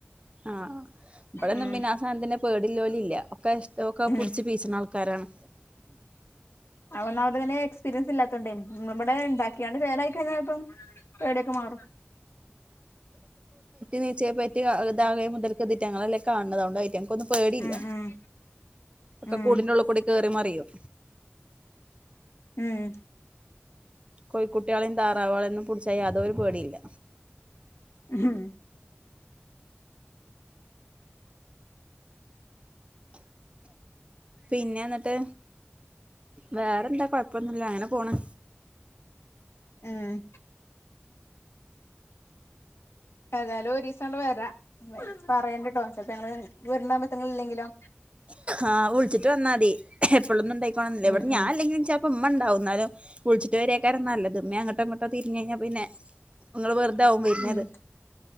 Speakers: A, on the right (about 30°); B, on the left (about 80°).
A: ആഹ ഇവിടൊന്നും
B: ഉം
A: പിന്നൊ ആ സാധനത്തിനെ പേടില്ലോലില്ല ഒക്കെ അതൊക്കെ
B: ഉം
A: പുടിച് പീച്ചണ ആൾക്കാരാണ്.
B: അ അതിനെ എക്സ്പരിയൻസ് ഇല്ലാതോണ്ട് നമ്മടെ ഉണ്ടാക്കിയാണ് ചേലായി കഴിഞ്ഞാൽ ഇപ്പം പേടിയൊക്കെ മാറും.
A: നീച്ചയെ പറ്റിധാകെ മുതൽക്ക് ദിറ്റങ്ങളെല്ലാം കാണുന്നതുകൊണ്ടയിരിക്കാം. ഒന്നും പേടിയില്ല
B: ഉം ഉം
A: ഒക്കെ
B: ഉം
A: കൂടന്റെള്ള കൂടി കയറി മറിയും.
B: ഉം
A: കോഴിക്കുട്ടികളെയും താറാവളെയും പിടിച്ചാ യാതൊരു പേടീല്ല.
B: ഉം
A: പിന്നെ എന്നിട്ട് വേറെന്താ കൊഴപ്പൊന്നില്ല അങ്ങനെ പോണ്
B: ഏഹ് ഏതായാലും ഒരീസങ്ങട് വരാ പറയണ്ടട്ടോ ചെൽപോ ഞങ്ങള് വരണ സമയത്ത് നിങ്ങളില്ലെങ്കിലോ?
A: ആഹ് വിളിച്ചിട്ട് വന്നാതി എപ്പളൊന്നും ഇണ്ടായിക്കോണോന്നില്ല
B: ഉം
A: ഇവിടെ ഞാനില്ലെങ്കിലും
B: ഉം
A: ചെൽപ്പോ ഉമ്മെണ്ടാവും. എന്നാലും വിളിച്ചിട്ട് വരിയാക്കാര നല്ലത് ഉമ്മേ അങ്ങട്ടും ഇങ്ങ ട്ടോ തിരിഞ്ഞ കഴിഞ്ഞാ പിന്നെ നിങ്ങള് വെറുതാവും വെരണത്.
B: ഉം ഉം